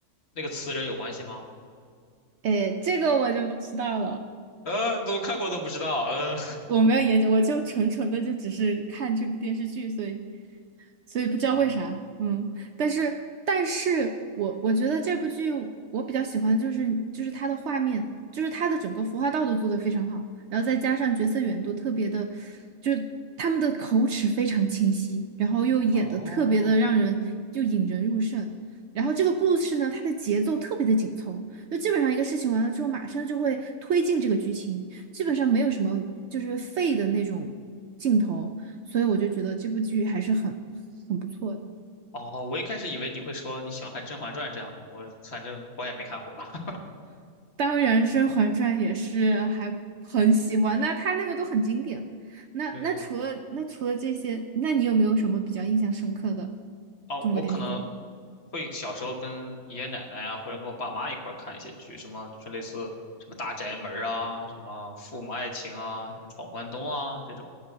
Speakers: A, on the left; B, on the right.
A: 那个词人有关系吗？
B: 哎，这个我就不知道了，
A: 呃，怎么看过都不知道。嗯、
B: 我没有研究，我就纯纯的就只是看这部电视剧，所以所以不知道为啥，
A: <laughs> 哦
B: 嗯，但是但是我我觉得这部剧我比较喜欢就是就是它的画面，就是它的整个服化道都做的非常好，然后再加上角色远度特别的，就是他们的口齿非常清晰，然后又演的特别的让人就引人入胜。
A: 哦
B: 然后这个故事呢，它的节奏特别的紧凑，就基本上一个事情完了之后，马上就会推进这个剧情。基本上没有什么就是废的那种镜头，所以我就觉得这部剧还是很很不错的
A: 哦，我一开始以为你会说你喜欢看《甄嬛传》这样的，我反正我也没看过。<laughs>
B: 当然，《甄嬛传》也是还很喜欢，那它那个都很经典了那那除了那除了这些，
A: 对的。
B: 那你有没有什么比较印象深刻的
A: 啊，
B: 中国电视剧？
A: 我可能会小时候跟爷爷奶奶啊，或者跟我爸妈一块儿看一些剧，什么就是类似什么《大宅门》啊，什么《父母爱情》啊，什么《闯关东》啊这种，